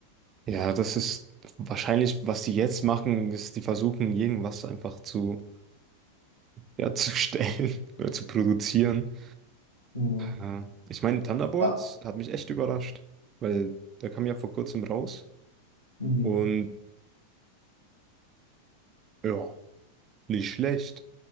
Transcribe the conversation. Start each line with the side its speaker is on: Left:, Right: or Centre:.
Right: Ja, das ist wahrscheinlich, was die jetzt machen, ist, die versuchen, irgendwas einfach zu, ja, zu stellen <laughs> oder zu produzieren.
Left: Hm.
Right: Äh, Ich meine, Thunderbolts
Left: Ja.
Right: hat mich echt überrascht, weil der kam ja vor kurzem raus
Left: Hm.
Right: und ja, nicht schlecht.